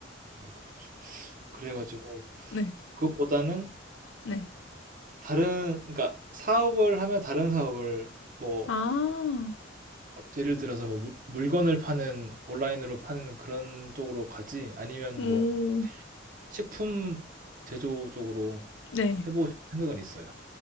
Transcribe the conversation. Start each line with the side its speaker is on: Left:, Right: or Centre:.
Right: 네 그렇죠. 그래 가지고
Left: 네.
Right: 그것보다는
Left: 네.
Right: 다른 그러니까 사업을 하면 다른 사업을 뭐
Left: 아,
Right: 예를 들어서 뭐 물 물건을 파는 온라인으로 파는 그런 쪽으로 가지 아니면
Left: 오,
Right: 뭐 식품 제조 쪽으로
Left: 네.
Right: 해 보고 싶은 생각은 있어요.